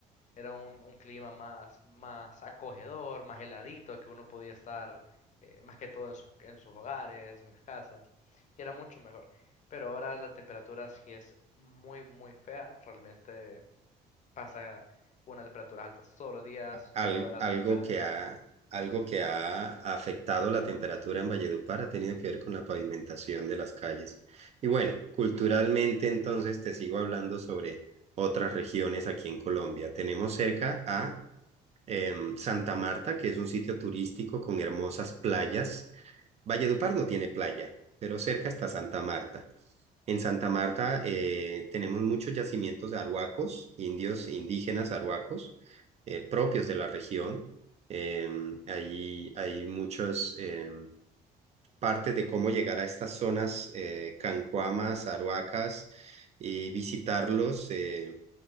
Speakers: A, on the left; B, on the right.
A: Era un, un clima más, más acogedor, más heladito, que uno podía estar eh, más que todo en sus, en sus hogares, en las casas, y era mucho mejor. Pero ahora la temperatura sí es muy, muy fea, realmente pasa una temperatura alta todos los días, luego
B: Al-
A: de la
B: algo
A: temperatura.
B: que ha, algo que ha afectado la temperatura en Valledupar ha tenido que ver con la pavimentación de las calles. Y bueno, culturalmente entonces te sigo hablando sobre otras regiones aquí en Colombia. Tenemos cerca a em, Santa Marta, que es un sitio turístico con hermosas playas Valledupar no tiene playa, pero cerca está Santa Marta. En Santa Marta eh, tenemos muchos yacimientos de arhuacos, indios indígenas arhuacos, eh, propios de la región. Eh, ahí hay muchas eh, partes de cómo llegar a estas zonas eh, cancuamas, arhuacas y visitarlos. Eh,